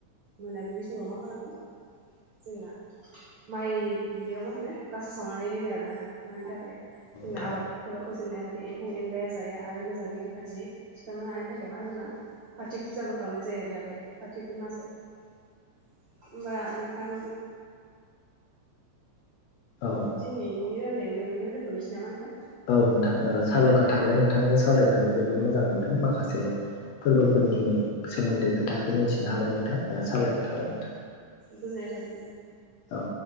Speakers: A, on the right; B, on the left.
A: मोनाबिलि समाव मा खालामो, जोंना माइ दुब्लियाव मा होनो गासा सावनानै दोनो आरोना‌ मानि थाखाय जोंना
B: नोंथां
A: आबादफोरा जाहाथे एम्फौ एनलाया जाया आरो मोजाङै रैखाथि थिखांनो हानायनि थाखाय मा जोंना कातिक फुजाखो खालामनाय जायो आरोना बे कातिक मासाव। ओमबा नोंथां
B: औ
A: दिनै रायजलनायावनो दोनथ'नोसै नामा नोंथां।
B: औ नोंथां साबायखर थाबाय नोंथांजों सावरायनानै जोबोद मोजां मोनदों माखासे फोर्बोफोरनि सोमोन्दै खोथाखौ मिन्थिनो हाबाय नोंथां। साबायखर थाबाय नोंथां।
A: गोजोननाय थाबाय नोंथां।
B: औ